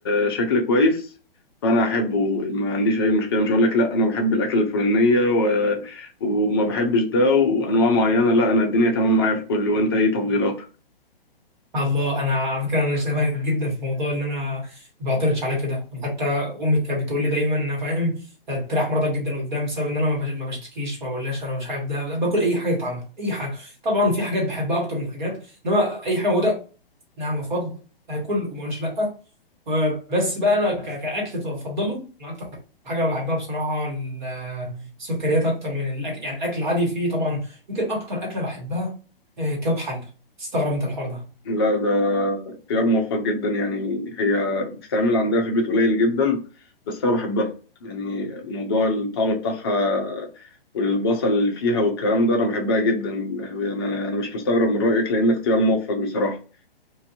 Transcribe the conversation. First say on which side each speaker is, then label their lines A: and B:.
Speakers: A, on the left; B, on the right.
A: بشكل كويس فانا احبه ما عنديش اي مشكله مش هقول لك لا انا بحب الاكل الفلانيه و... وما بحبش ده وانواع معينه لا انا الدنيا تمام معايا في كله وانت ايه تفضيلاتك
B: الله انا على فكره انا شايفها جدا في موضوع ان انا ما بعترضش على كده انا حتى امي كانت بتقول لي دايما ان انا فاهم تريح مرضك جدا قدام بسبب ان انا ما بش- ما بشتكيش ما بقولهاش انا مش عارف ده باكل اي حاجه تتعمل اي حاجه طبعا في حاجات بحبها اكتر من حاجات انما اي حاجه موجوده نعم وفضل اكل وما اقولش لا و- بس بقى انا ك- كاكل بفضله انا اكتر حاجه بحبها بصراحه ال- السكريات اكتر من الاكل يعني الاكل العادي فيه طبعا يمكن اكتر اكله بحبها آه، كباب حله تستغرب انت الحوار ده
A: لا ده اختيار موفق جدا يعني هي بتتعمل عندها في البيت قليل جدا بس انا بحبها يعني موضوع الطعم بتاعها والبصل اللي فيها والكلام ده انا بحبها جدا انا انا مش مستغرب من رأيك لان اختيار موفق بصراحة